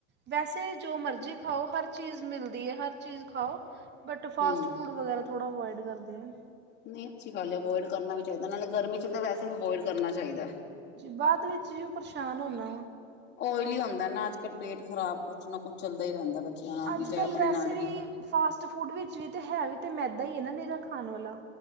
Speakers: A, on the right; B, on the left.
A: ਵੈਸੇ ਜੋ ਮਰਜ਼ੀ ਖਾਓ ਹਰ ਚੀਜ਼ ਮਿਲਦੀ ਏ ਹਰ ਚੀਜ਼ ਖਾਓ- ਬਟ
B: ਹੂੰ।
A: ਫਾਸਟ ਫੂਡ ਵਗੈਰਾ ਥੋੜਾ ਅਵੋਇਡ ਕਰਦੇ ਐ।
B: ਨਹੀਂ ਅੱਛੀ ਗਲ ਏ ਅਵੋਇਡ ਕਰਨਾ ਵੀ ਚਾਹੀਦੈ ਨਾਲੇ ਗਰਮੀ ਚ ਵੈਸੇ ਵੀ ਅਵੋਡ ਕਰਨਾ ਚਾਹੀਦੈ।
A: ਬਾਦ ਵਿੱਚ ਜੋ ਪਰੇਸ਼ਾਨ ਹੋਨਾ
B: ਓਇਲੀ ਹੁੰਦੈ ਨਾ ਅੱਜ-ਕੱਲ੍ਹ ਪੇਟ ਖ਼ਰਾਬ ਕੁੱਛ ਨਾ ਕੁਛ ਚੱਲਦਾ ਈ ਰਹਿੰਦੈ ਬੱਚਿਆਂ ਨਾਲ
A: ਅੱਜ
B: ਵੀ ਤੇ
A: ਕੱਲ੍ਹ
B: ਆਪਣੇ
A: ਵੈਸੇ
B: ਨਾਲ ਵੀ
A: ਫਾਸਟ ਫੂਡ ਵਿੱਚ ਵੀ ਤੇ ਹੈ ਵੀ ਤੇ ਮੈਦਾ ਈ ਏ ਨਾ ਨੀਰਾ ਖਾਣ ਵਾਲਾ।